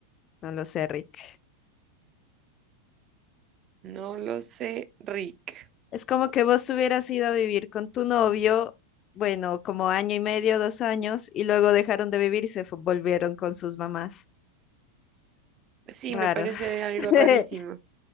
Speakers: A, on the left (about 30°); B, on the right (about 30°).
A: no lo sé, Rick.
B: No lo sé, Rick.
A: Es como que vos hubieras ido a vivir con tu novio, bueno, como año y medio, dos años, y luego dejaron de vivir y se fu- volvieron con sus mamás.
B: Sí,
A: Raro.
B: me parece algo
A: <laughs>
B: rarísimo.